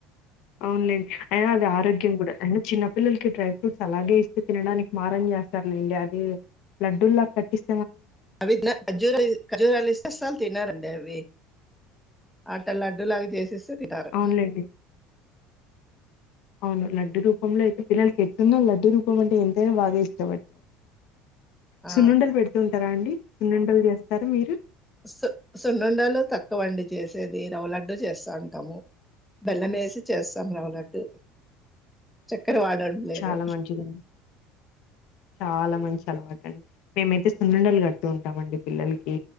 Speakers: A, on the left; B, in the centre.
A: అవులే అయినా అది ఆరోగ్యం కూడా అయినా చిన్నపిల్లలకి డ్రై ఫ్రూట్స్ అలాగే ఇస్తే తినడానికి మారం చేస్తారులేండి అది లడ్డూల్లా కట్టిస్
B: అవి న ఖర్జూర వేస్ ఖర్జూరలేస్తే అస్సలు తినరండి అవి ఆట్ట లడ్డూ లాగా చేసిస్ తొ తిటారు
A: అవునులేండి. అవును లడ్డు రూపంలో అయితే పిల్లలకి ఎట్టుందో లడ్డు రూపం అంటే ఎంతైనా బాగా ఇష్టపడత
B: ఆ
A: సున్నండలు పెడుతుంటారా అండి సున్నండలు చేస్తరు మీరు
B: సు సున్నండలు తక్కువ అండి చేసేది రవలడ్డు చేస్తా ఉంటాము బెల్లం వేసి చేస్తాము రవలడ్డు క్కర వాడడంలేదు
A: చాలా మంచిదండి. చాలా మంచి అలవాటండి మేమైతే సున్నుండలు కడుతూ ఉంటామండి పిల్లలకి